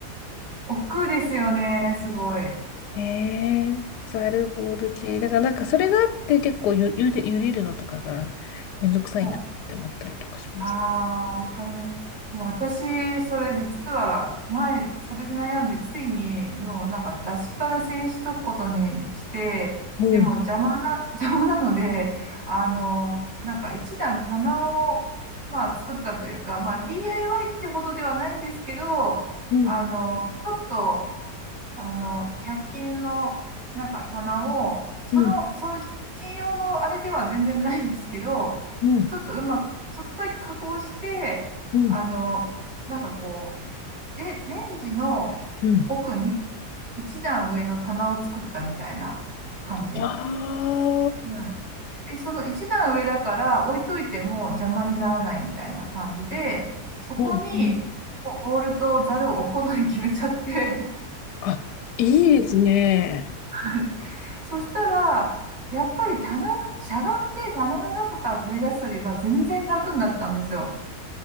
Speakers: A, on the right; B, on the left.
A: 億劫ですよね。すごい。
B: ねえ、ザルボール系。だからなんかそれがあって結構ゆ、ゆで、茹でるのとかがめんどくさいなって思ったりとかします。
A: はい。ああ、わかります。もう私、それ実は前、それで悩んで、ついに、もうなんか出しっぱなしにしとくことにして、
B: おう、
A: でも邪魔な、<laughs> 邪魔なので、あの、なんか一段棚を、まあ作ったというか、まあ DIY ってほどではないんですけど、
B: うん、
A: あの、ちょっとあの、100均のなんか棚を、その、
B: うん、
A: そのキッチン用のあれでは全然ないんですけど、
B: うん、
A: ちょっとうまく、ちょっとだけ加工して、
B: うん、
A: あの、なんかこう、レ、レンジの奥に
B: うん。
A: 一段上の棚を作ったみたいな感じ。
B: ああ、
A: うん。で、その一段上だから置いといても邪魔にならないみたいな感じで、そこにもうボールとザルを置くことに決めちゃって
B: うんうん。あ、いいですね。
A: <laughs> そしたら、やっぱり棚、しゃがんで棚の中から取り出すよりは全然楽になったんですよ。